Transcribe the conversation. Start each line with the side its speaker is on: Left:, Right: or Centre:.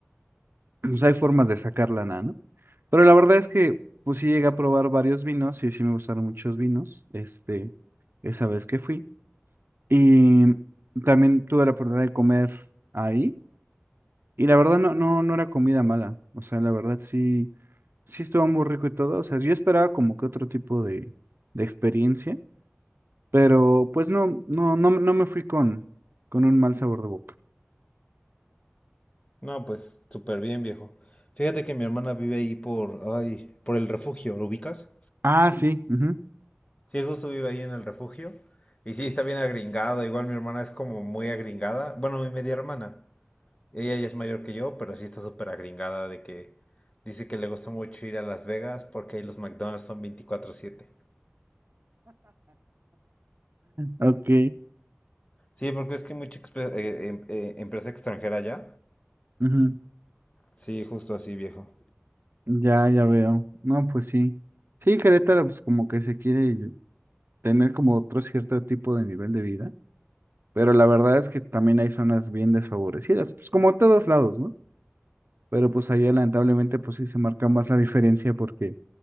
Right: <clears throat> pues hay formas de sacar lana, ¿no? Pero la verdad es que, pues sí llegué a probar varios vinos y sí me gustaron muchos vinos, este, esa vez que fui. Y también tuve la oportunidad de comer ahí. Y la verdad no, no, no era comida mala. O sea, la verdad sí, sí estuvo muy rico y todo. O sea, yo esperaba como que otro tipo de, de experiencia, pero pues no, no, no, no me fui con, con un mal sabor de boca.
Left: No, pues súper bien, viejo. Fíjate que mi hermana vive ahí por, ay, por el refugio, ¿lo ubicas?
Right: Ah, sí. ujú,
Left: Sí, justo vive ahí en el refugio. Y sí, está bien agringada. Igual mi hermana es como muy agringada. Bueno, mi media hermana. Ella ya es mayor que yo, pero sí está súper agringada de que dice que le gusta mucho ir a Las Vegas porque ahí los McDonald's son veinticuatro siete.
Right: Ok.
Left: Sí, porque es que hay mucha expe- eh, em- eh, empresa extranjera allá.
Right: ujú,
Left: Sí, justo así, viejo.
Right: Ya, ya veo. No, pues sí. Sí, Querétaro, pues como que se quiere tener como otro cierto tipo de nivel de vida. Pero la verdad es que también hay zonas bien desfavorecidas, pues como a todos lados, ¿no? Pero pues allá lamentablemente pues sí se marca más la diferencia porque